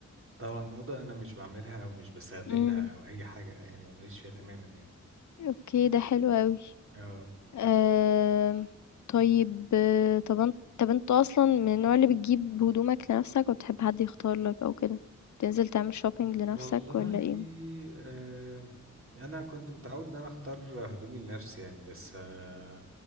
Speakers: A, on the right; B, on the left.
A: طالعه موضه انا مش بعملها ومش بستخدمها
B: مم.
A: او اي حاجه يعني ماليش فيها تماما يعني
B: اوكي ده حلو قوي
A: اه
B: آمم، طيب آه، طَب أن طَب أنت أصلًا من النوع اللي بتجيب هدومك لنفسك والّا بتحب حد يختار لك أو كده؟ بتنزل تعمل shopping لنفسك
A: والله
B: والّا إيه؟
A: آه انا كنت متعود ان انا اختار هدومي لنفسي يعني بس آه